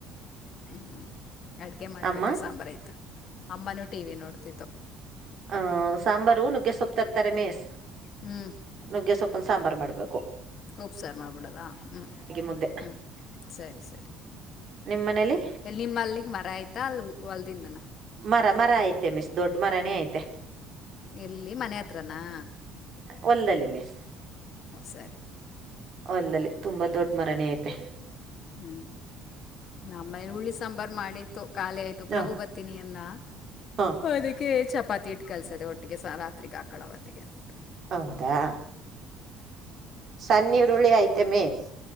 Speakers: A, on the left; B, on the right.
A: ಹ್ಮ್ ಹ್ಮ್ ಅಡ್ಗೆ ಮಾಡ್ಬೇಕಾ
B: ಅಮ್ಮ
A: ಸಾಂಬಾರ ಆಯ್ತ ಅಮ್ಮ ನೂ ಟಿವಿ ನೋಡ್ತಿದ್ದತ್ತು.
B: ಹಹ ಸಾಂಬಾರು ನುಗ್ಗೆಸೊಪ್ಪತರ್ತಾರೆ ಮೇಸ್
A: ಹ್ಞೂ
B: ನುಗ್ಗೆಸೊಪ್ಪ ಸಾಂಬಾರ್ ಮಾಡಬೇಕು.
A: ಉಪ ಸಾರ ಮಾ ಬಿಡದಾ ಹ್ಮ್-
B: ಮುದ್ದೆ
A: ಹ್ಮ್ ಸರಿ ಸರಿ
B: ನಿಮ್ ಮನೇಲಿ
A: ಎಲ್ಲಿ ನಿಮ್ಮಲ್ಲಿಗೆ ಮರ ಆಯ್ತಾ ಅಲ್ಲಿ ಹೊಲ್ದಿಂದನ.
B: ಮರ ಮರ ಐತೆ ಮಿಸ್ ದೊಡ್ಡ ಮರನೇ ಐತೆ.
A: ಎಲ್ಲಿ ಮನೆ ಹತ್ರನಾ‌.
B: ಒಲ್ಲಲ್ಲಿ ಮಿಸ್
A: ಸರಿ
B: ಒಲ್ಲಲ್ಲಿ ತುಂಬಾ ದೊಡ್ಡ ದ ಮರನೇ ಐತೆ
A: ಹ್ಮ್ -ನಮ್ಮ ಆಮೇಲೆ ಉರುಳ್ಳಿ ಸಾಂಬಾರ್ ಮಾಡಿತ್ತು ಕಾಲೆ ಆಯ್ತು
B: ಹ
A: ಪ್ರಭು ಬತಿನಿಯನ್ನ
B: ಹ
A: ಅದಕ್ಕೆ ಚ ಪತ್ತ ಇಟ್ಟು ಕಲಸಿದೆ ಒಟ್ಟಿಗೆ ಸ ರಾತ್ರಿ ಆಕಳ ಅವತ್ತಗೆ ಅತಿಗೆ
B: ಹೌದಾ ಸನ್ನ ಇರುಳ್ಳಿ ಐತೆ ಮಿಸ್